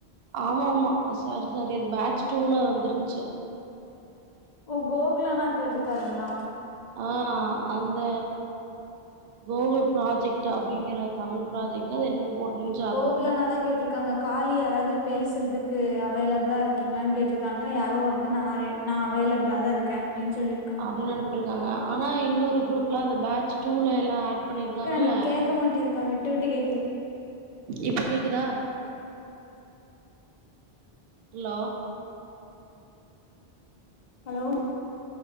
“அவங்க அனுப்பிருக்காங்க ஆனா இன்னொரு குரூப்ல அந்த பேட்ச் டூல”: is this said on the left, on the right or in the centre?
Right